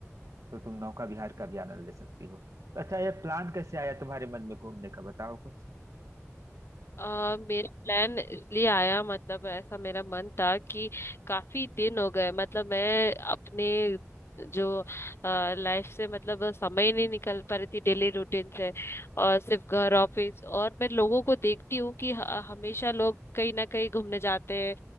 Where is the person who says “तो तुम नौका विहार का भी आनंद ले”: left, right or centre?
Right